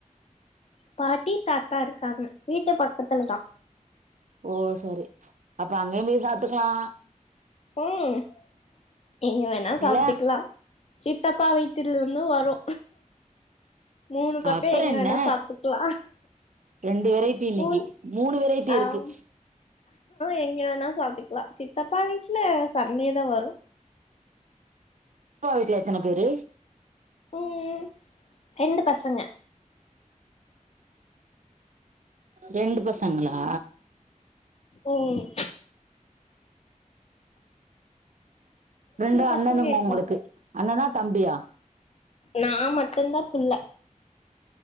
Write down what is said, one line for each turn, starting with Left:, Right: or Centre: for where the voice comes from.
Left: பாட்டி தாத்தா இருக்காங்க வீட்டு பக்கத்துல தான்
Right: ஓ செரி அப்ப அங்கயு போய் சாப்ட்டுக்கலா
Left: ம் எங்க வேணா சாப்ட்டுக்கலா
Right: இல்ல
Left: சித்தப்பா வீட்டுல இருந்து வரு மூணு பக்கம்
Right: அப்புறம்
Left: எங்க
Right: என்ன
Left: வேணா சாப்ட்டுக்கலா
Right: ரெண்டு வெரைட்டி இன்னைக்கு
Left: மூணு
Right: மூணு வெரைட்டி
Left: ஆம்
Right: இருக்கு
Left: எங்க வேணா சாப்ட்டுக்கலா சித்தப்பா வீட்ல சண்டே தா வரு
Right: சித்தப்பா வீட்ல எத்தன பேரு
Left: ம் ரெண்டு பசங்க
Right: ரெண்டு பசங்களா
Left: ம்
Right: ரெண்டு
Left: பசங்க
Right: அண்ணனுங்களா
Left: இருக்காங்க
Right: உங்ளுக்கு அண்ணனா தம்பியா
Left: நா மட்டும் தா புள்ள